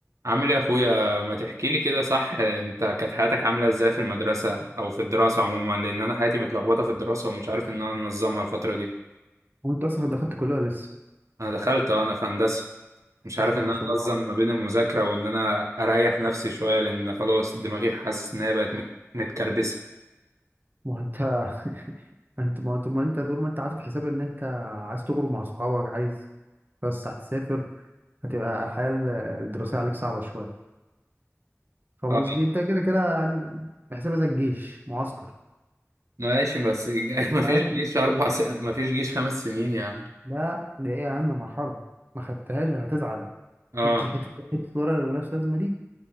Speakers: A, on the right (about 80°); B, on the right (about 40°).
A: عامل ايه يا اخويا ما تحكي لي كده صح انت كانت حياتك عامله ازاي في المدرسه او في الدراسه عموما لان انا حياتي متلخبطه في الدراسه ومش عارف ان انا انظمها الفتره دي
B: هو انت اصلا دخلت كلها لسه
A: انا دخلت اه، انا في هندسه مش عارف
B: بسم
A: ان
B: الله
A: انا
B: ما شاء الله
A: انظم ما بين المذاكره وان انا اريح نفسي شويه لان خلاص دماغي حاسس ان هي بقت مت- متكربسه
B: ما هو انت <laughs> انت ما هو انت ما انت طول ما انت عاطف حساب ان انت عايز تخرج مع صحابك عايز بس هتسافر هتبقى الحياه الدراسيه عليك صعبه شويه فاهم
A: اه
B: قصدي انت كده كده يعني بحسابها زي الجيش معسكر
A: ماشي بس <laughs> ما فيش
B: فاهم
A: جيش اربع س... ما فيش جيش خمس سنين يعني
B: لا دي ايه اهم مرحله ما خدتهاش هتزعل
A: اه
B: شفتش حته حته ورقه اللي ملهاش لازمه دي